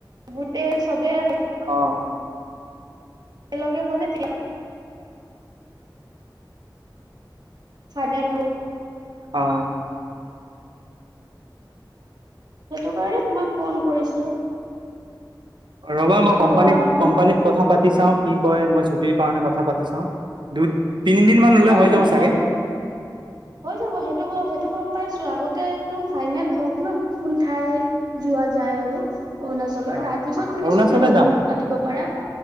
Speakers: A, on the right; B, on the right.
A: গোটেই চবে আহে
B: অ,
A: একেলগে হ'লে, ফাইনেল হ'ল।
B: অ,
A: সেইটো কাৰণে তোমাক ফোন কৰিছিলোঁ।
B: ৰ'বা মই কম্পানীত
A: কবা নহয়
B: কম্পানীত কথা পাতি চাওঁ কি কয় মই ছুটিৰ কাৰণে কথা পাতি চাওঁ। দুই তিনিদিন মান
A: নহয়
B: হ'লে হৈ
A: সেইটো
B: যাব চাগে
A: গম হৈ যাব সেইটো বাৰু সেইটো গম পাইছোঁ আগতেটো ফাইনেল হওঁক ন কোন ঠাইৰ যোৱা যায় আৰু অৰুণাচলৰ।
B: অ
A: তাৰ পিছত তুমি
B: অৰুণাচলে
A: ছুটিৰ কথা
B: যাম
A: পাতিব পাৰা।